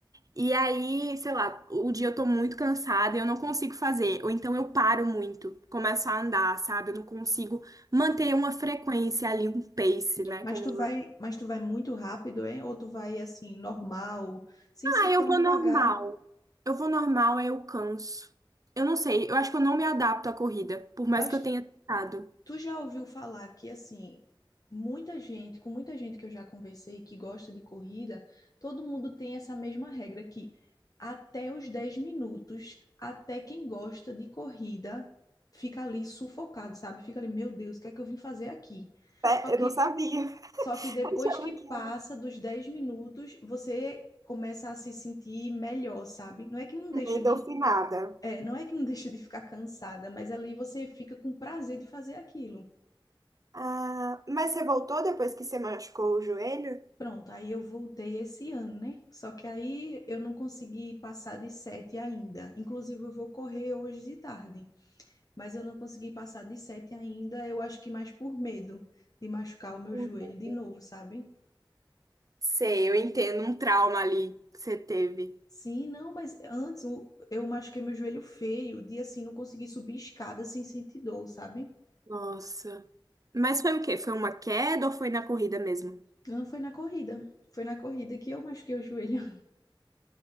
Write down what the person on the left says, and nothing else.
Mas
tu vai, mas tu vai muito rápido, é? Ou tu vai assim normal, sem
ser tão
devagar?
Mas
Tu já ouviu falar que, assim, muita gente, com muita gente que eu já conversei que gosta de corrida, todo mundo tem essa mesma regra que até os 10 minutos, até quem gosta de corrida fica ali sufocado, sabe? Fica ali, meu Deus, o que é que eu vim fazer aqui?
Só que,
só que depois
que passa
dos 10 minutos, você começa a se sentir melhor, sabe? Não é que não deixa
de, é, não é que não <laughs> deixa de ficar cansada, mas ali você fica com prazer de fazer aquilo.
Pronto, aí eu voltei esse ano, né? Só que aí eu não consegui passar de sete ainda. Inclusive, eu vou correr hoje de tarde, mas eu não consegui passar de sete ainda. Eu acho que mais por medo de machucar o meu
joelho de novo, sabe?
Sim, não, mas antes o- eu machuquei meu joelho feio, de assim, não consegui subir escada sem sentir dor, sabe?
Não foi na corrida. Foi na corrida que eu machuquei o joelho.